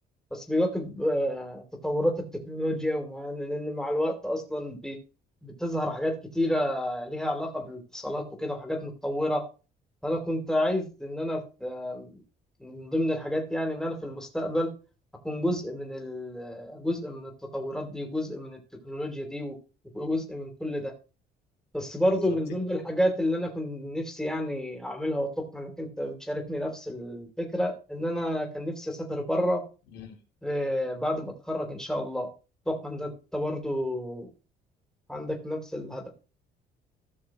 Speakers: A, in the centre; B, on the left (about 85°).
A: بس بيواكب آه، تطورات التكنولوجيا ومع ان إن مع الوقت اصلا بي- بتظهر حاجات كتيرة ليها علاقة بالاتصالات وكده وحاجات متطورة فانا كنت عايز ان انا في آه، من ضمن الحاجات يعني ان انا في المستقبل اكون جزء من ال- جزء من التطورات دي وجزء من التكنولوجيا دي وجزء من كل ده بس برضو
B: بالظبط
A: من ضمن
B: كده.
A: الحاجات اللي انا كنت نفسي يعني اعملها واتوقع انك انت بتشاركني نفس الفكرة ان انا كان نفسي اسافر بره
B: مم.
A: آه، بعد ما اتخرج ان شاء الله اتوقع ان انت برضو عندك نفس الهدف